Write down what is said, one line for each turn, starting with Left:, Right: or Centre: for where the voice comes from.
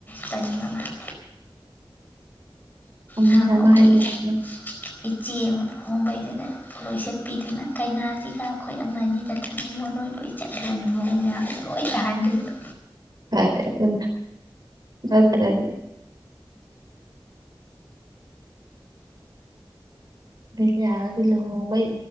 Left: ꯇꯟꯕ ꯃꯥꯦ
Right: ꯑꯃꯅ
Left: ꯅꯍꯥ ꯑꯃꯨꯛ
Right: ꯑꯃ ꯍꯥꯏꯖꯤꯜꯂ
Left: ꯑꯩꯈꯣꯏ
Right: ꯑꯃꯅ
Left: ꯏꯆꯦ ꯑꯃ ꯍꯍꯣꯡꯕꯩꯗꯨꯗꯂꯣꯏ ꯁꯦꯠꯄꯤꯗꯅ ꯀꯩꯅꯥꯁꯤꯒ ꯑꯩꯈꯣꯏ ꯑꯃ ꯑꯅꯤꯗ ꯊꯅ ꯃ ꯅꯣꯏ ꯂꯣꯏ ꯆꯠꯂꯣꯅ ꯃꯑꯣꯡ ꯃꯌꯥꯝ ꯂꯣꯏ ꯇꯥꯍꯟꯗ꯭ꯔꯤꯕ
Right: ꯍ ꯑꯗꯨ ꯂꯧꯠꯇ꯭ꯔꯗꯤ ꯕꯤꯦꯂꯌꯥꯒꯗꯤ ꯂꯨꯍꯣꯡꯕꯩ